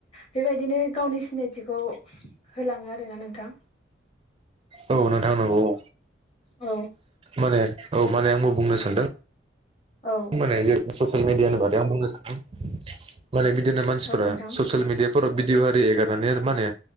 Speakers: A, on the left; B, on the right.
A: बेबायदिनो गावनि सिनायथिखौ होलाङो आरोना नोंथां
B: औ नोंथां नांगौ औ
A: औ
B: माने औ माने आंबो बुंनो सानदों
A: औ
B: माने जेरेै ससियेल मिडियानि बादै आं बुंनो सानदों माने बिदिनो मानसिफोरा
A: औ नोंथां
B: ससियेल मिडिया फोराव भिदिअ आरि एगारनानै माने